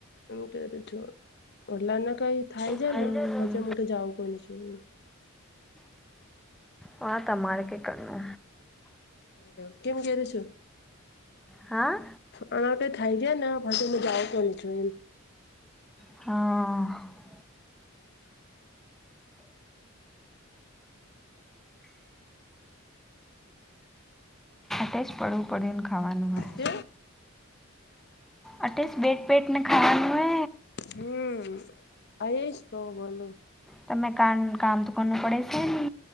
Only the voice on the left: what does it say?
એમ કેતી છું. ઓટલાને કઈ થાય જાય
ને પછી હું તો જઉં કોઈને છું.
હલો, કેમ કરું છું?
અણા તોઈ થઈ ગયા ને પછી હું જાઉં તો ને છું એમ
તે
હમ્મ. અરેશ તો બોલો